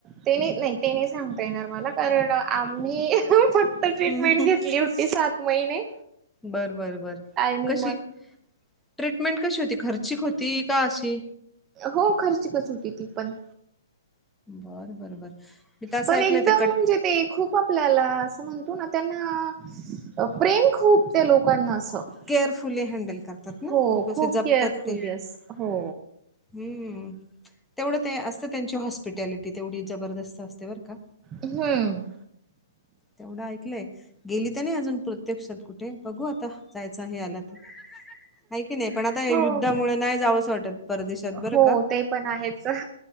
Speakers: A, on the right (about 20°); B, in the centre.
A: तेने नाही तेने नाही सांगता येणार मला कारण.. आम्ही फक्त ट्री्रीटमेंट
B: हम्म
A: घेतली होती सात महिने.
B: बरं बर बर
A: आणि
B: कशी.
A: मग
B: ट्रीटमेंट कशी होती खर्चिक होती का अशी?
A: हो खर्ची कच होती ती पण.
B: बरं बर बर. मी तर असं
A: पण
B: ऐकलं
A: एकदम
B: ते कट
A: म्हणजे ते. खूप आपल्याला असं म्हणतो ना त्यांना प्रेम खूप त्या लोकांना असत.
B: केअरफुली हँडल करतात ना
A: हो,
B: असे
A: खूप
B: जपतात
A: केअरफुली
B: ते
A: अस हो.
B: हम्म तेवढं ते असतं त्यांची हॉस्पिटॅलिटी तेवढी जबरदस्त असते बर का.
A: हम्म
B: तेवढं ऐकलंय गेली तर नाही अजून प्रत्यक्षात कुठे बघू आता जायचं हे आलं तर ऐ की नाही पण आता हे
A: हो
B: युद्धामुळे नाही जावंस वाटत परदेशात बरं
A: हो
B: का
A: ते पण आहेच